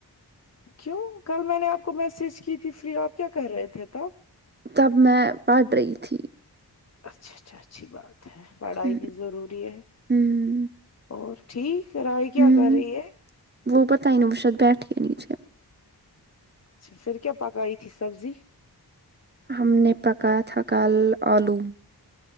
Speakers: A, on the left; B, on the right.
A: کیوں کل میں نے آپ کو میسج کی تھی فری آپ کیا کر رہے تھے تب
B: تب میں پڑھ رہی تھی
A: اچھا اچھا اچھی بات ہے پڑھائی
B: ہوں
A: بھی ضروری ہے
B: ہوں
A: اور ٹھیک رائی کیا
B: ہوں
A: کر رہی ہے
B: وہ پتہ ہی نا وہ شاید بیٹھی نیچے
A: اچھا پھر کیا پکائی تھی سبزی
B: ہم نے پکا یا تھا کل آلو